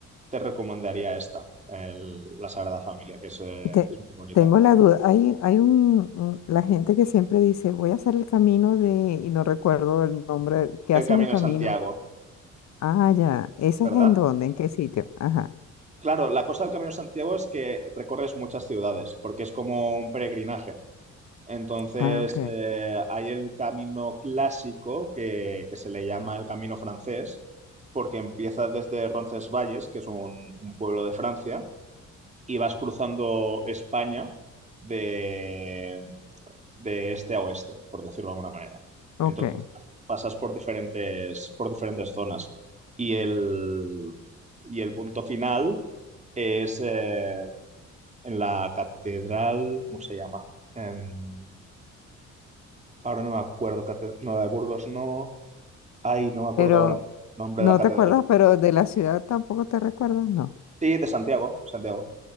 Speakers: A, on the right (about 25°); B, on the left (about 65°).
A: te recomendaría esta, el- la Sagrada Familia, que es, eh,
B: Y te-
A: es muy bonita.
B: tengo la duda. Hay, hay un, un- la gente que siempre dice, voy a hacer el camino de, y no recuerdo el nombre, que
A: El
B: hace
A: Camino
B: un camino.
A: de Santiago,
B: Ah, ya. ¿Ese
A: ¿verdad?
B: es en dónde? ¿En qué sitio? Ajá.
A: Claro, la cosa del Camino de Santiago es que recorres muchas ciudades, porque es como un peregrinaje. Entonces,
B: Ah, ok.
A: eh, hay el camino clásico que, que se le llama el Camino francés, porque empieza desde Roncesvalles, que es un, un pueblo de Francia, y vas cruzando España de, de este a oeste, por decirlo de alguna manera.
B: Ok.
A: Entonces pas- pasas por diferentes, por diferentes zonas. Y el, y el punto final es eh, en la catedral, ¿cómo se llama? En- ahora no me acuerdo, cate- no, la de Burgos no. Ay, no me acuerdo
B: Pero,
A: ahora el nombre
B: ¿no
A: de la catedral.
B: te acuerdas? Pero de la ciudad tampoco te recuerdas, no.
A: Sí, de Santiago, Santiago.